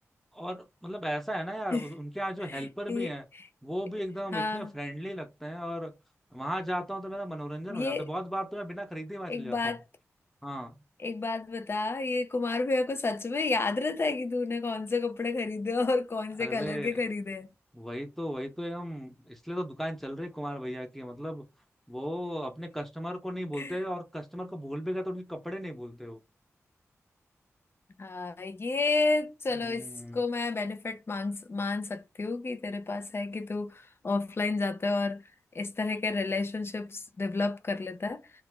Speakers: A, in the centre; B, on the left.
A: और मतलब ऐसा है ना यार
B: <laughs>
A: उस- उनके यहाँ जो हेल्पर
B: ये
A: भी हैं वो भी एकदम
B: हाँ
A: इतने फ्रेंडली लगते हैं और वहां जाता हूँ तो मेरा मनोरंजन हो
B: ये
A: जाता है बहुत बार तो मैं बिना खरीदे वहां
B: एक
A: चले जाता
B: बात
A: हूँ हाँ
B: एक बात बता ये कुमार भैया को सच में याद रहता है कि तूने कौन से कपड़े खरीदे और कौन से
A: अरे
B: कलर के खरीदे
A: वही तो वही तो हम इसलिए तो दुकान चल रही है कुमार भैया की मतलब वो अपने कस्टमर को नहीं
B: <laughs>
A: भूलते और कस्टमर को भूल भी गए तो उनके कपड़े नहीं भूलते वो।
B: हाँ ये चलो
A: हम्म
B: इसको मैं बेनिफिट मान मान सकती हूँ कि तेरे पास है कि तू ऑफलाइन जाता है और इस तरह के रिलेशनशिप्स डेवलप कर लेता है